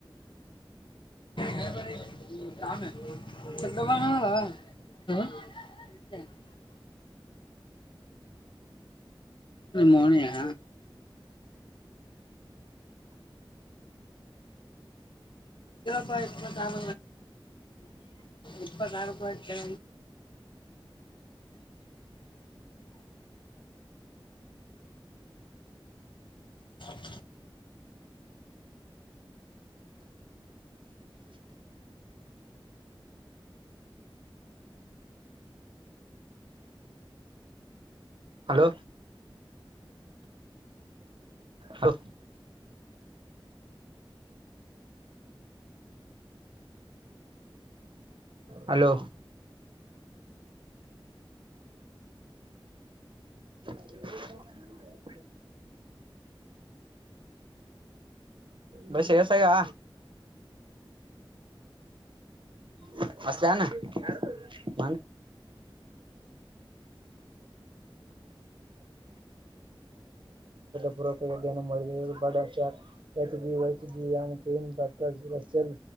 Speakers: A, on the left; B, on the right.
A: ಬಾನ ಹ <inaudible> ಆಂಧ್ಯ ನಿ ಮೋನಿಯಾ ಇಪ್ಪ ಇ ಕಾಲ ಇಪ್ಪತ್ತ ಆರುಪಾಯಿ ಚ ಹ <inaudible>
B: ಹಲೋ ಹಲೋ ಹಲೋ ಹ ಬಸ್ಯಾ ಏಸಾಗ್ಯಾವ್ <unintelligible> ಆಕಿತ್ಯಷಧ ಪೂರ್ವಕ ಯನ್ನು ಮಾಡ ಬಡ್ಸ ಎತ್ ಜಿ ವೈತ್ ಜಿ ಎಂ ಕೀಮ್ ಡಾಕ್ಟರ್ ಸಸ ಎಲ್